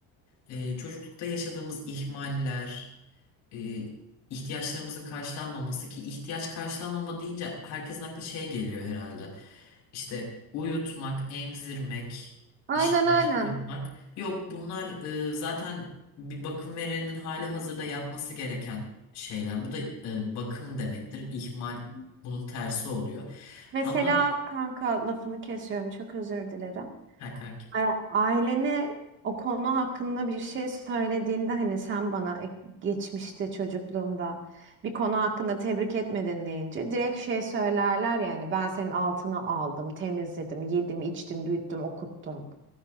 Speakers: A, on the left (about 50°); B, on the right (about 30°).
A: e, çocuklukta yaşadığımız ihmaller e, ihtiyaçlarımızın karşılanmaması ki ihtiyaç karşılanmama deyince herkesin aklı şey geliyor herhalde. İşte uyutmak, emzirmek,
B: Aynen
A: işte
B: aynen.
A: şey yapmak. Yok bunlar e, zaten bir bakım verenin hali hazırda yapması gereken şeyler. Bu da e, bakım demektir. İhmal bunun tersi oluyor.
B: Mesela
A: Ama
B: kanka lafını kesiyorum. Çok özür dilerim.
A: ha kankim.
B: A- Ailene o konu hakkında bir şey söylediğinde hani sen bana e, geçmişte çocukluğumda bir konu hakkında tebrik etmedin deyince direkt şey söylerler yani ben senin altına aldım, temizledim, yedim, içtim, büyüttüm, okuttum.